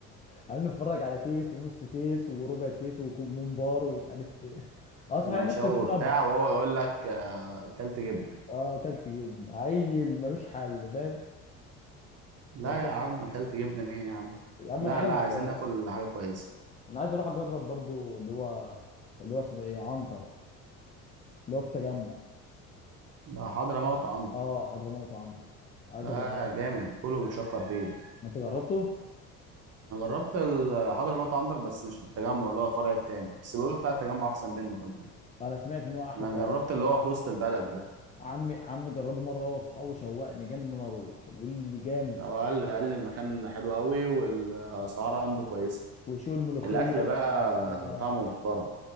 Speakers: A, on the left (about 20°); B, on the right (about 35°).
A: عمالين نتفرج على تيس ونص تيس وربع تيس وممبار ومش عارف ايه اه صحيح
B: ومشاوي
A: أنا نفسي اجرب
B: وبتاع وهو يقول لك اه، كلت جبنة
A: اه اكلت جبن عيل ملوش حل فاهم
B: لا
A: أكلت-
B: يا عم كلت جبنة مين يا عم
A: يا عم
B: لا
A: انا عايز
B: لا عايزين ناكل حاجة كويسة
A: انا عايز اروح اجرب برضو اللي هو اللي هو اسمه ايه عنتر اللي هو في تجمع
B: ده حضرموت عنط
A: اه حضرموت عنتر عايز
B: اه
A: اجربه
B: جامد كله بيشكر فيه
A: انت جربته
B: انا جربت ال- حضرموت عنتر بس مش في التجمع اللي هو الفرع التاني بس بيقولوا بتاع التجمع احسن منه كمان
A: انا سمعت ان هو احلى
B: انا
A: فرع
B: جربت اللي هو في وسط البلد ده
A: عمي عمي جربه مره هو واصحابه شوقني جامد ان انا اروح بيقول لي جامد
B: هو قال قال لي المكان حلو قوي والاسعار عنده كويسه
A: وشو الملوخيه
B: الاكل
A: ومش
B: بقى
A: عارف ايه اه
B: طعمه محترم